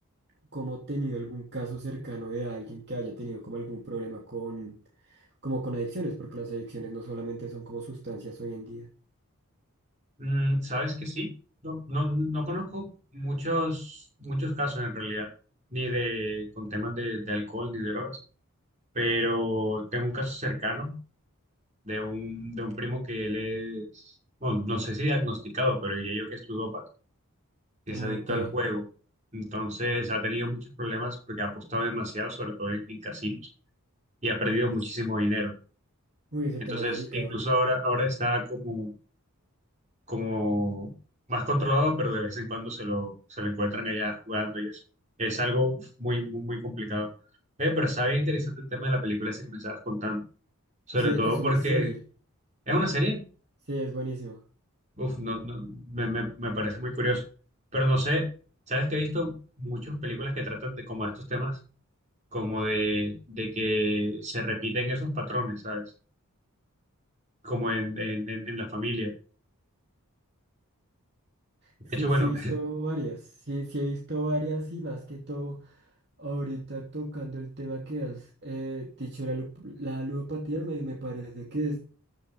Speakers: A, on the right (about 50°); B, on the right (about 35°).
A: como tenido algún caso cercano de alguien que haya tenido como algún problema con, como con adicciones, porque las adicciones no solamente son como sustancias hoy en día.
B: Mm, sabes que sí, no, no, no conozco muchos, muchos casos en realidad, ni de con temas de, de alcohol ni drogas, pero tengo un caso cercano de un, de un primo que él es, bueno, no sé si diagnosticado, pero diría yo que es ludópata, que
A: Ah,
B: es adicto
A: ok.
B: al juego. Entonces ha tenido muchos problemas porque ha apostado demasiado, sobre todo en, en casinos, y ha perdido muchísimo dinero.
A: Uy, ese
B: Entonces,
A: tema es delicado.
B: incluso ahora, ahora está como, como más controlado, pero de vez en cuando se lo, se lo encuentran allá jugando y eso. Es algo muy, muy, muy complicado. Eh, pero está bien interesante el tema de la película esa que me estabas contando. Sobre
A: Sí, e-
B: todo
A: es
B: porque
A: una serie.
B: es una serie.
A: Sí, es buenísimo.
B: Uf, no, no, me, me- me parece muy curioso. Pero no sé, sabes que he visto muchas películas que tratan de como de estos temas, como de, de que se repiten esos patrones, ¿sabes? Como en, en en- en la familia.
A: Sí,
B: De hecho, bueno,
A: sí he visto varias. Sí, sí he visto varias y más que todo, ahorita tocando el tema que has eh, dicho, la, lu- la ludopatía, me, me parece que es